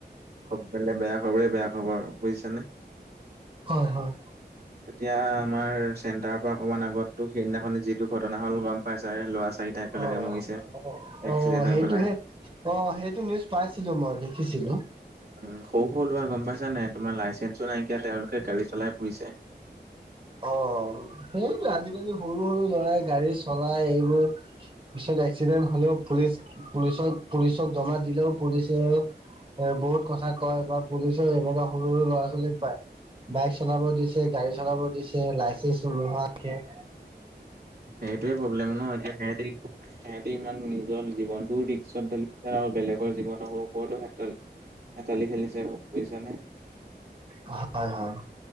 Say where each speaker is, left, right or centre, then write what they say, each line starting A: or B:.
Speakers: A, on the right; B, on the right.
A: খব ফালে বেয়া খবৰে বেয়া খবৰ বুজিছা নে।
B: হয় হয়।
A: এতিয়া আমাৰ চেণ্টাৰৰ পৰা অকণমান আগত তো সেইদিনাখনে যিটো ঘটনা হ'ল গম পাই ছাই ল'ৰা চাৰি টাই একেলগে
B: অ',
A: মৰিছে।
B: অ',
A: এক্সিডেণ্ট
B: অ
A: হৈ
B: সেইটোহে
A: পেলাই
B: অ সেইটো নিউজ পাইছিলো মই দেখিছিলোঁ।
A: উম সৰু সৰু লৰা গম পাইছা নাই তোমাৰ লাইচেন্সো নাইকিয়া তেওঁলোকে গাড়ী চলাই ফুৰিছে।
B: অ সেইটো আজিকালি সৰু সৰু ল'ৰাই গাড়ী চলাই এইবোৰ। পিছত এক্সিডেণ্ট হলেও পুলিচ পুলিচক পুলিচক জমা দিলেও পুলিচে- এ বহুত কথা কয় বা পুলিচৰ এনেকুৱা সৰু সৰু ল'ৰা ছোৱালীক পায়। বাইক চলাব দিছে, গাড়ী চলাব দিছে লাইচেন্ঞ্চ নোহোৱাকে।
A: সেইটোয়ে প্ৰব্লেম ন এতিয়া সিহঁতি সিহঁতি ইমান নি- জীৱনটো ৰিক্সছত ধালিছে আৰু বেলেগৰ জীৱন আকৌ ওপৰটো হেতালি খেলিছে বুজিছানে।
B: হয় হয়।